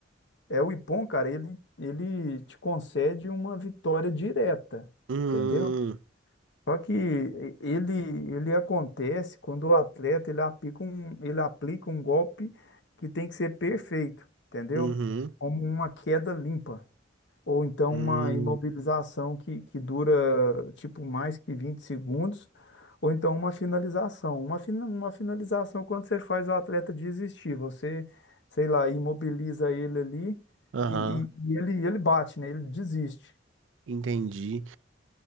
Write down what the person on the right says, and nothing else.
Hum,
uhum.
Hum,
aham,
entendi.